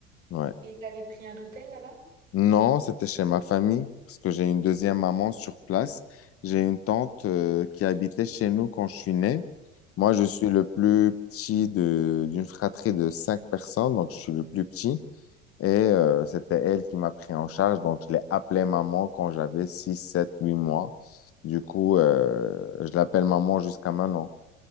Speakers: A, on the left (about 35°); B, on the right (about 75°).
A: Ouais.
B: Et t'avais pris un hôtel là-bas?
A: Non, c'était chez ma famille parce que j'ai une deuxième maman sur place. J'ai une tante euh, qui habitait chez nous quand je suis né. Moi, je
B: Hmm,
A: suis le plus petit de d'une fratrie de cinq personnes, donc je suis le plus petit. Et euh, c'était elle qui m'a pris en charge. Donc, je l'ai appelée maman quand j'avais 6 7 8 mois. Du coup, euh, je l'appelle maman jusqu'à maintenant.